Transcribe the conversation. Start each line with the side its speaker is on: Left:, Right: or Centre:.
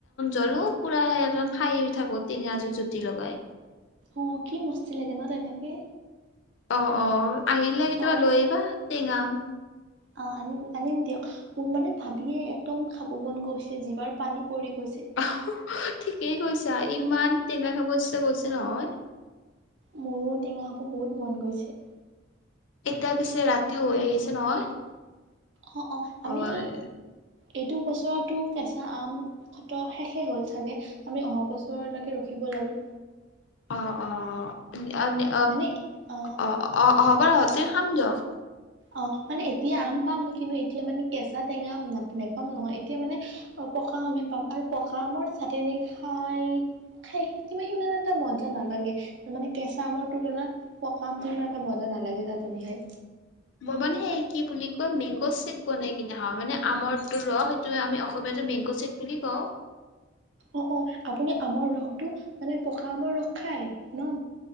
Left: জলা পুৰা একদম খাইয়ে থাকো টেঙাৰ জুতি লগাই
Right: অ কি মস্তি লাগে ন তেনেকে।
Left: অ অ আহিলে, কেতিয়াবা
Right: ন
Left: লৈ আহবা টেঙা আম
Right: অ' আমি আনিম দিয়ক মোৰ মানে ভাবিয়ে একদম খাব মন গৈছে জিভাৰ পানী পৰি গৈছে
Left: অ হহ ঠিকেই কৈ ছা ইমান টেঙা খাব ইচ্ছা গৈছে নহয়,
Right: মোৰো টেঙা খাব বহুত মন গৈছে।
Left: এতিয়া পিছে ৰাতিও হৈ আহিছে নহয়
Right: অ' অ'
Left: হয়
Right: আমি এইটো বছৰতো কেঁচা আমত খত শেষে হ'ল চাগে, আমি অহা বছৰলৈকে ৰখিব লাগিল।
Left: অ' অ'
Right: মানে অ
Left: অ' অ' হব হওতে খাম দিয়ক।
Right: অ', মানে এতিয়া আম পাম কিন্তু এতিয়া মানে কেঁচা টেঙা আম নেপাম নহয় এতিয়া মানে পকা আমহে পাম আৰু পকা আমৰ চাটেনি খাই খাই সিমান এটা মজা নালাগে মানে কেঁচা আমৰ তুলনাত পকা আমটো বৰ এটা মজা নালাগে চাটনি খাই।
Left: মম নে সে কি বুলি আকৌ মেংগ' চেক বনাই কিনে হয় মানে আমৰটো ৰস সেইটো আমি অসমীয়াটো মেংগ' চেক বুলি কওঁ
Right: অ, অ, আপুনি আমৰ ৰসটো মানে পকা আমৰ ৰস খাই ন